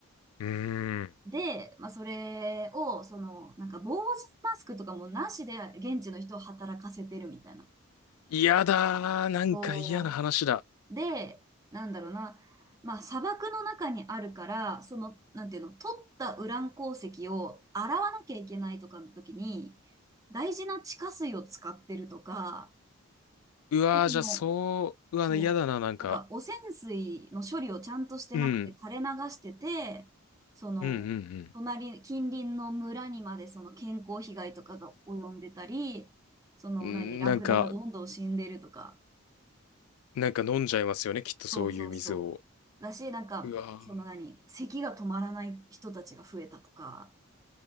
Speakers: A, on the left; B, on the right.
A: うーん。
B: で、まあ、それを、その、なんか、防塵マスクとかもなしで、現地の人を働かせてるみたいな。
A: 嫌だー。なんか嫌な話だ。
B: こうで、なんだろうな、まあ砂漠の中にあるから、その、なんていうの、取ったウラン鉱石を洗わなきゃいけないとかの時に、大事な地下水を使ってるとか、
A: うわー、
B: で、その、
A: じゃあそう、うわ、
B: そう、
A: 嫌だな、なんか。
B: なんか汚染水の処理をちゃんとしてなくて垂れ流してて、
A: うん。
B: その、
A: うんうんうん。
B: 隣、近隣の村にまでその健康被害とかが及んでたり、その、
A: んーなんか、
B: 何、ラクダがどんどん死んでるとか、
A: なんか飲んじゃいますよね、きっとそういう水を。
B: そうそうそう。だし、なんか、
A: うわー。
B: その何、咳が止まらない人たちが増えたとか、